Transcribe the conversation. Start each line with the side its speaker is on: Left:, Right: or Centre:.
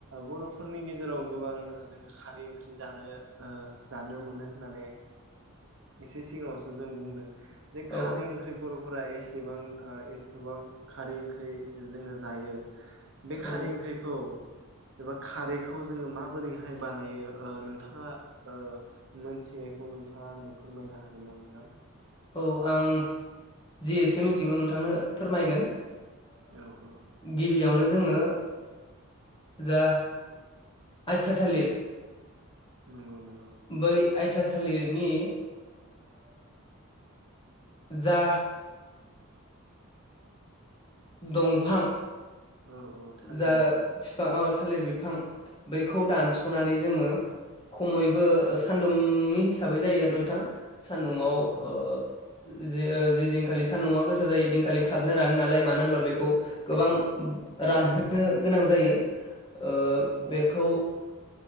Right: बर'फोरनि गेजेराव गोबां जोङो खारै ओंख्रि जानो जानो मोनो होननानै एसे सिगाङावसो जों बुंदों बे
Left: औ
Right: खारै ओंख्रि बरफ फोर एसेबां एसेबां खारै ओंख्रि जोङो जायो बे
Left: औ
Right: खारै ओंख्रिखौ एबा खारैखौ जोङो माबोरैहाय बानायो? नोंथाङा मोनसे फिनायखौ नोंथाङा आंनो फोरमायनो हागोन ना नोंथां?
Left: औ आं जि एसे मिथिगौ नोंथांनो फोरमायगोन
Right: औ औ
Left: गिबियावनो जोङो जा आटिया थालिर
Right: नंगौ नंगौ
Left: बै आयथा थालिरनि जा दंफां
Right: औ औ थालिर
Left: जा
Right: बिफां
Left: बिफां थालिर बिफां बैखौ दानस'नानै जोङो खमैबो सान्दुंनि हिसाबै जायो आरो नोंथां सान्दुंआव
Right: औ औ
Left: ओ ज जिदिनखालि सान्दुंआ गोसो जायो दिनखालि थाबनो रानो नालाय मानो होनब्ला बेखौ गोबां रानहोनो गोनां जायोओ
Right: औ
Left: बेखौ